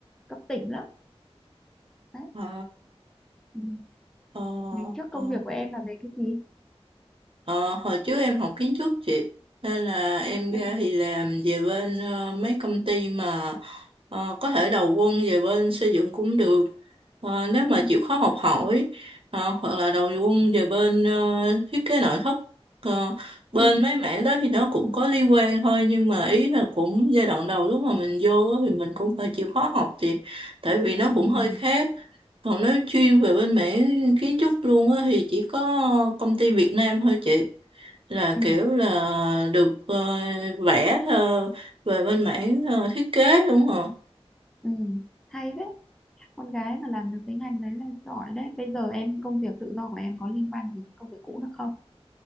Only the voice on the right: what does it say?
Ồ,
ồ,
ồ.
Ờ, hồi trước em học kiến trúc chị nên là em ra
thì làm về bên ờ, mấy công ty mà ờ, có thể đầu quân về bên xây dựng cũng được Ờ, nếu
mà chịu khó học hỏi ờ, hoặc là đầu quân về bên ờ, thiết kế nội thất Ờ,
bên mấy mảng đó thì nó cũng có liên quan thôi nhưng mà ý là cũng giai đoạn đầu lúc mà mình vô á thì mình cũng phải chịu khó học chị tại vì nó
cũng hơi
khác còn nếu chuyên về bên mảng kiến trúc luôn á thì chỉ có công ty Việt Nam thôi chị là
kiểu là được ờ, vẽ ờ, về bên mảng ờ, thiết kế đúng không?